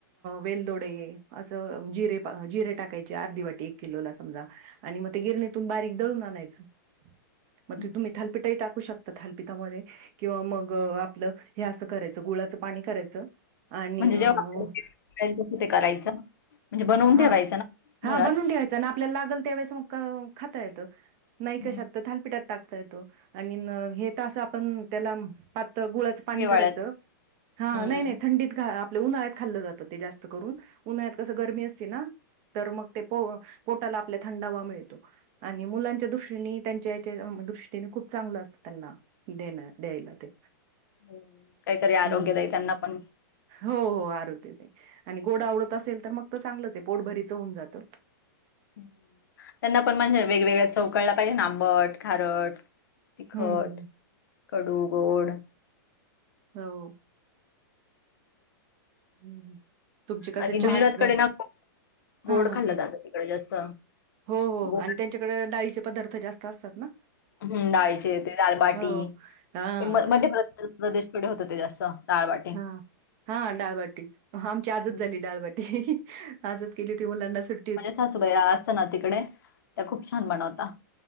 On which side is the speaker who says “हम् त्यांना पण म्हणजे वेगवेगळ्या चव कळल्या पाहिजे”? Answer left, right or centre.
Left